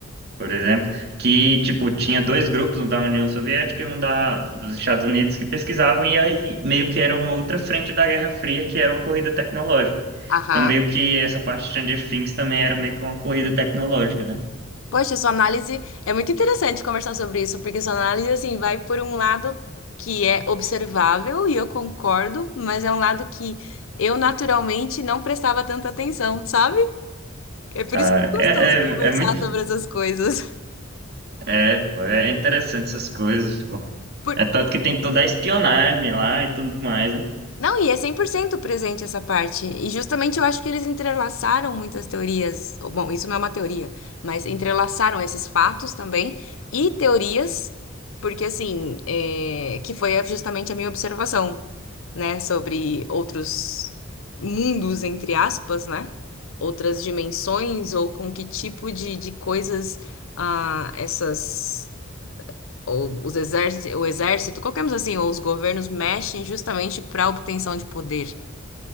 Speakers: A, on the right; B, on the left.
A: por exemplo, que tipo tinha dois grupos, um da União Soviética e um da, dos Estados Unidos que pesquisavam e aí meio que era uma outra frente da Guerra Fria que era uma corrida tecnológica.
B: Aham.
A: Então meio que essa parte de Stranger Things também era meio que uma corrida tecnológica, né?
B: Poxa, sua análise é muito interessante conversar sobre isso, porque sua análise assim vai por um lado que é observável e eu concordo, mas é um lado que eu naturalmente não prestava tanta atenção, sabe? É por
A: Ah,
B: isso que é gostoso
A: é,
B: conversar
A: é, é muito
B: sobre essas coisas. <laughs>
A: é, pô, é interessante essas coisas, pô.
B: Por-
A: É tanto que tem toda a espionagem lá e tudo mais, né?
B: Não, e é 100% presente essa parte. E justamente eu acho que eles entrelaçaram muitas teorias. ou, Bom, isso não é uma teoria, mas entrelaçaram esses fatos também e teorias. Porque assim, é, que foi é, justamente a minha observação. né, sobre outros mundos, entre aspas, né, outras dimensões, ou com que tipo de, de coisas ah, essas, ou os exércitos o exército, qualquer coisa assim, ou os governos mexem justamente para obtenção de poder,